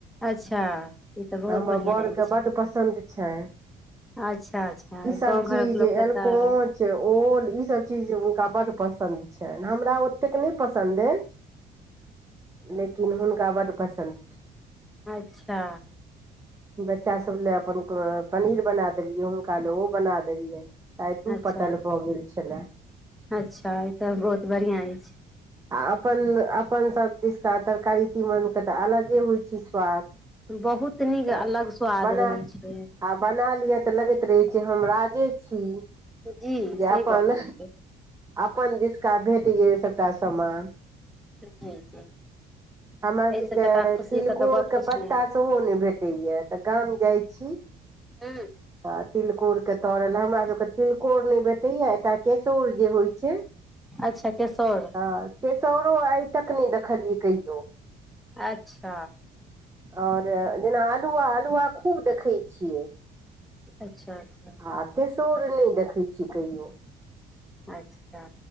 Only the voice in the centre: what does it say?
अच्छा ई तऽ बहुत
बढ़िआँ
ऐछ
अच्छा अच्छा
गाँव घरक
लोकके
तऽ
अच्छा
अच्छा
अच्छा ई तऽ बहुत बढ़िया है छै
बहुत नीक
अलग स्वाद
रहै छै
जी
सही
गप कहलियै
जी
जी
एहिसँ
जादा
खुशीके
तऽ गप
किछु
नहि
हूँ
अच्छ केशोर
अच्छ
अच्छ अच्छ
अच्छा